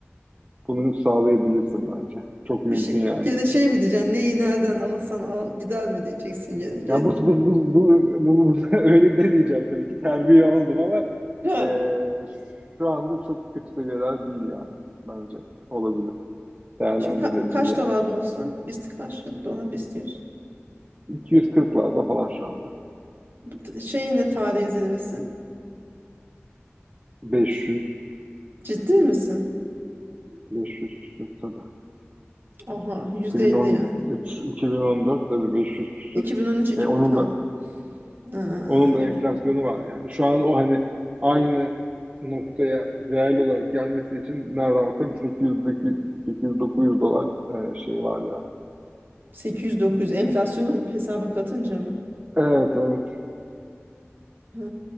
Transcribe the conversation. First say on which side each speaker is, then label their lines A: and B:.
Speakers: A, on the right; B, on the right.
A: bunu sağlayabilirsin bence. Çok mümkün
B: Bir şey
A: yani.
B: gene şey mi diyeceksin neyi nereden alırsan al gider mi diyeceksin gene.
A: Ya
B: gene.
A: bu,
B: <laughs>
A: bu, bu, bu, bu- bu- <laughs> öyle demeyeceğim tabii ki terbiye oldum ama
B: Ha.
A: e, şu anda çok kötü seviyeler değil yani bence olabilir. Değerlendirilebilir
B: Şimdi ka- kaç
A: yani.
B: dolar bu olsa? Biz kaç dolar biz diyoruz.
A: 240'larda falan şu anda.
B: T- Şey ne tarihi zirvesi?
A: 500,
B: Ciddi misin?
A: 500 küsür tabii.
B: Aha %50
A: 2013,
B: yani.
A: 2014 tabii 500 küsür.
B: 2013 2000,
A: E, onun
B: tamam.
A: da
B: Ha,
A: Onun
B: öyle.
A: da enflasyonu var yani. Şu an o hani aynı noktaya reel olarak gelmesi için nereden baksan bir 800 800-900 dolar e, şey var yani.
B: 800-900 enflasyonu hesaba katınca mı?
A: Evet evet.
B: Ha.